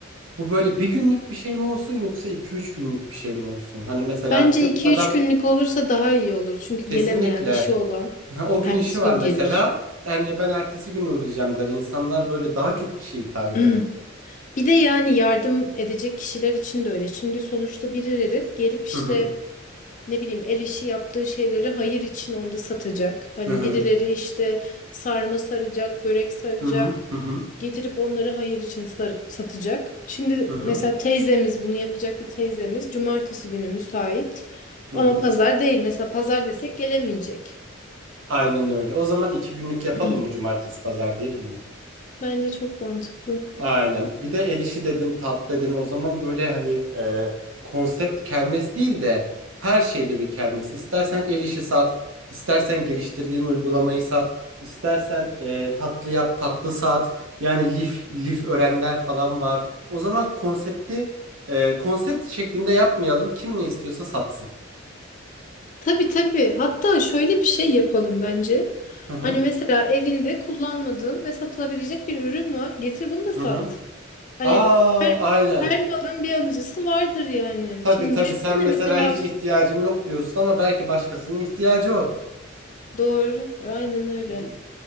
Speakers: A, on the right; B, on the left.
A: bu böyle bir günlük bir şey mi olsun yoksa iki üç günlük bir şey mi olsun? Hani mesela
B: Bence
A: bir
B: iki
A: adam
B: üç günlük olursa daha iyi olur. Çünkü
A: Kesinlikle.
B: gelemeyen işi olan
A: Ha, O gün
B: ertesi
A: işi var
B: gün
A: mesela.
B: gelir.
A: Yani ben ertesi gün uğrayacağım der. İnsanlar böyle daha çok kişiye hitap
B: <clears throat>
A: edelim.
B: Bir de yani yardım edecek kişiler için de öyle. Şimdi sonuçta birileri gelip işte
A: Hı hı.
B: ne bileyim el işi yaptığı şeyleri hayır için orada satacak. Hani
A: Hı hı.
B: birileri işte sarma saracak, börek saracak,
A: Hı hı. Hı hı.
B: getirip onları hayır için sar- satacak. Şimdi
A: Hı hı.
B: mesela teyzemiz bunu yapacak bir teyzemiz cumartesi günü müsait
A: Hı
B: ama
A: hı.
B: pazar değil. Mesela pazar desek gelemeyecek.
A: Aynen öyle. O zaman iki günlük yapalım
B: <clears throat>
A: mı cumartesi pazar diyelim mi?
B: Bence çok mantıklı.
A: Aynen. Bir de el işi dedin, tat dedin. O zaman böyle hani e, konsept kermes değil de her şeyli bir kermes. İstersen el işi sat, istersen geliştirdiğin uygulamayı sat, istersen e, tatlı yap, tatlı sat. Yani lif, lif öğrenler falan var. O zaman konsepti e, konsept şeklinde yapmayalım. Kim ne istiyorsa satsın.
B: Tabii tabii. Hatta şöyle bir şey yapalım bence.
A: Hı hı.
B: Hani mesela evinde kullanmadığın ve satılabilecek bir ürün var. Getir bunu da
A: Hı
B: sat.
A: hı.
B: Hani
A: Aa,
B: her
A: aynen.
B: her malın bir alıcısı vardır yani.
A: Tabii
B: Şimdi
A: tabii
B: düşünsene
A: sen mesela
B: mesela
A: hiç ihtiyacım yok diyorsun ama belki başkasının ihtiyacı o.
B: doğru, aynen öyle.
A: Hı hı.